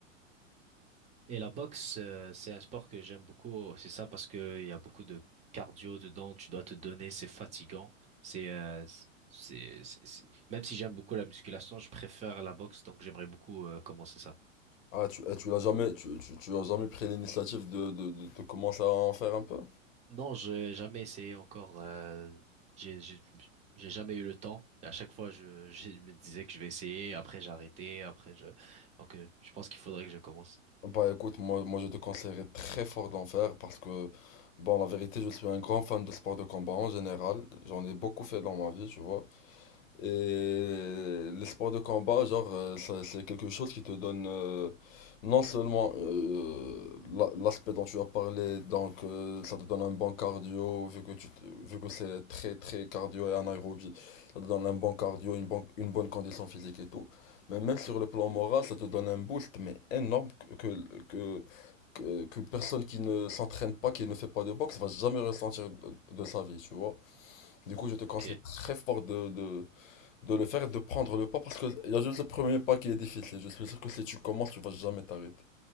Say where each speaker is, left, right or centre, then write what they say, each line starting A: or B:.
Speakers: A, on the right; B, on the left.
A: Et la boxe, euh, c'est un sport que j'aime beaucoup. C'est ça parce que il y a beaucoup de cardio dedans. Tu dois te donner. C'est fatigant. C'est, euh, c'est, c'est- c'est- même si j'aime beaucoup la musculation, je préfère la boxe. Donc j'aimerais beaucoup euh, commencer ça.
B: Ah, tu, eh, tu l'as jamais, tu, tu, tu as jamais pris l'initiative de, de, de, de commencer à en faire un peu?
A: Non, j'ai jamais essayé encore. euh, j'ai, j'ai, j'ai jamais eu le temps. Et à chaque fois, je, je me disais que je vais essayer. Après, j'ai arrêté. Après, je. Donc, euh, je pense qu'il faudrait que je commence.
B: Bah écoute, moi, moi je te conseillerais très fort d'en faire parce que, bon, la vérité, je suis un grand fan de sport de combat en général. J'en ai beaucoup fait dans ma vie, tu vois. Et les sports de combat, genre, euh, ça- c'est quelque chose qui te donne euh, non seulement euh, la- l'aspect dont tu as parlé, donc euh, ça te donne un bon cardio, vu que tu, te- vu que c'est très très cardio et anaérobie, ça te donne un bon cardio, une bonne, une bonne condition physique et tout. Mais même sur le plan moral, ça te donne un boost, mais énorme que, que, que, que personne qui ne s'entraîne pas, qui ne fait pas de boxe, va jamais ressentir de, de sa vie, tu vois. Du coup, je te conseille
A: Ok.
B: très fort de, de, de le faire et de prendre le pas parce que il y a juste le premier pas qui est difficile. Je suis sûr que si tu commences, tu vas jamais t'arrêter.